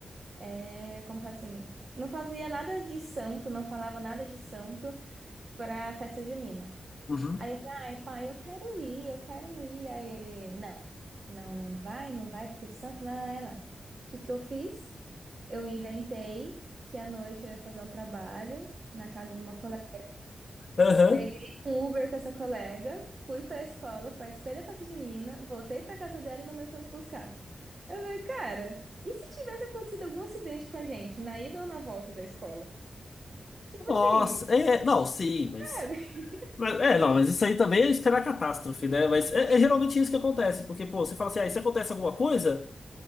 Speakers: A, on the right; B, on the left.
A: é, como fala assim, não fazia nada de santo, não falava nada de santo pra festa junina.
B: Uhum.
A: Aí eu falei, ai, pai, eu quero ir, eu quero ir. Aí ele, não, não, não vai, não vai, porque santo lá na ela. O que que eu fiz? Eu inventei que à noite eu ia fazer um trabalho na casa de uma colega.
B: Aham.
A: Peguei um Uber com essa colega, fui pra escola, participei da festa junina, voltei pra casa dela e minha mãe foi me buscar. Eu falei, cara, e se tivesse acontecido algum acidente com a gente, na ida ou na volta da escola? Tipo
B: Nossa,
A: assim,
B: é, não, sim, mas,
A: sabe? <laughs>
B: mas- É, não, mas isso aí também é esperar catástrofe, né? Mas é, é geralmente isso que acontece, porque, pô, você fala assim, ah, e se acontece alguma coisa,